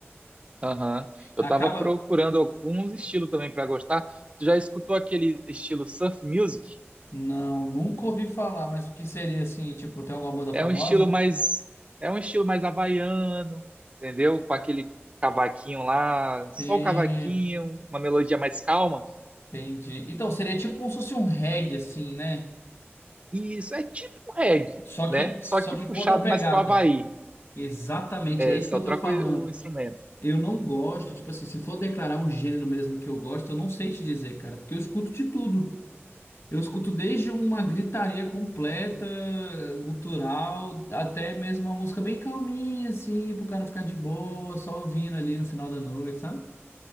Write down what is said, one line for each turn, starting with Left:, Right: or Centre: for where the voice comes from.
Right: Aham. Eu
Left: Acaba.
Right: tava procurando alguns estilos também para gostar. Tu já escutou aquele estilo surf music?
Left: Não, nunca ouvi falar, mas o que seria assim, tipo, tem alguma banda
Right: É
Left: famosa?
Right: um estilo mais é um estilo mais havaiano, entendeu? Com aquele cavaquinho lá, só
Left: Tem.
Right: o cavaquinho, uma melodia mais calma.
Left: Entendi. Então, seria tipo como se fosse um reggae, assim, né?
Right: E isso é tipo um reggae,
Left: Só
Right: né?
Left: que, só
Right: Só que
Left: que
Right: puxado
Left: com outra pegada.
Right: mais pro Havaí.
Left: Exatamente,
Right: É,
Left: é isso
Right: só
Left: que eu
Right: troca
Left: tô falando.
Right: o o instrumento.
Left: Eu não gosto, tipo assim, se for declarar um gênero mesmo que eu gosto, eu não sei te dizer, cara, porque eu escuto de tudo. Eu escuto desde uma gritaria completa, gutural, até mesmo uma música bem calminha, assim, pro cara ficar de boa, só ouvindo ali no final da noite, sabe?